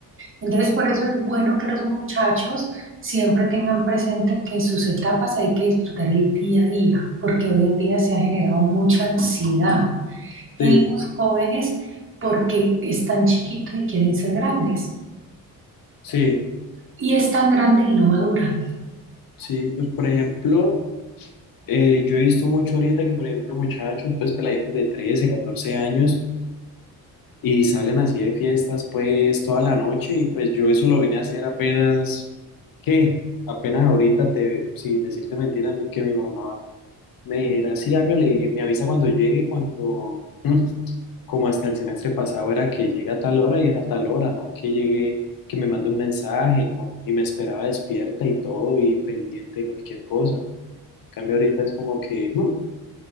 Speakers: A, on the right (about 30°); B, on the left (about 55°).
A: Entonces, por eso es bueno que los muchachos siempre tengan presente que sus etapas hay que disfrutar el día a día, porque hoy en día se ha generado mucha ansiedad en
B: sí,
A: los jóvenes porque están chiquitos y quieren ser grandes,
B: sí,
A: y están grandes y no maduran.
B: sí, pues por ejemplo, eh, yo he visto mucho ahorita que por ejemplo muchachos, pues peladitos de 13, 14 años, Y salen así de fiestas pues toda la noche y pues yo eso lo vine a hacer apenas, ¿qué? Apenas ahorita, te, sin decirte mentiras, mi- que mi mamá me dijera, sí, hágale, me avisa cuando llegue, cuando, <clears throat> mm, como hasta el semestre pasado era que llega a tal hora y es a tal hora, no que llegue, que me mande un mensaje, ¿no? Y me esperaba despierta y todo y pendiente de cualquier cosa. En cambio ahorita es como que mm,